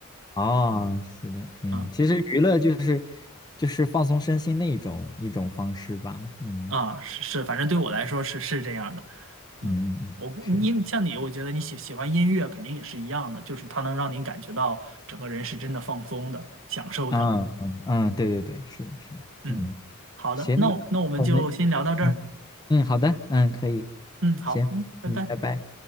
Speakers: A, on the left; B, on the right.
A: 哦，是的，嗯，
B: 嗯
A: 其实娱乐就是就是放松身心的一种一种方式吧，嗯
B: 啊，是是，反正对我来说是是这样的。嗯，
A: 嗯嗯，
B: 我估你因为像你，
A: 是，
B: 我觉得你喜喜欢音乐肯定也是一样的，就是它能让你感觉到整个人是真的放松的、享受的。
A: 嗯嗯嗯，对对对，是的，是的，
B: 嗯，
A: 嗯，
B: 好的，
A: 行，
B: 那我那我们就先聊到这儿。
A: 那我们，嗯嗯，好的，嗯，可以，
B: 嗯，好，
A: 行，
B: 嗯，拜拜。
A: 嗯，拜拜。